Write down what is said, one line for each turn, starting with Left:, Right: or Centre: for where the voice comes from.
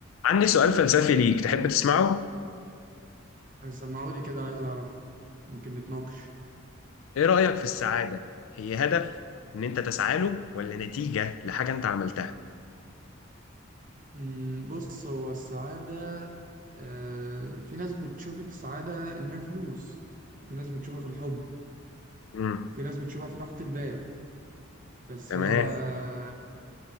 Left: عندي سؤال فلسفي ليك تحب تسمعه؟
Right: سمعولي كده عايز أعرف يمكن نتناقش
Left: إيه رأيك في السعادة؟ هي هدف إن أنت تسعى له ولا نتيجة لحاجة أنت عملتها؟
Right: أمم، بص هو السعادة آه، في ناس بتشوف السعادة إنها فلوس في ناس بتشوفها في الحب
Left: امم
Right: في ناس بتشوفها في راحة البال بس
Left: تمام
Right: أنا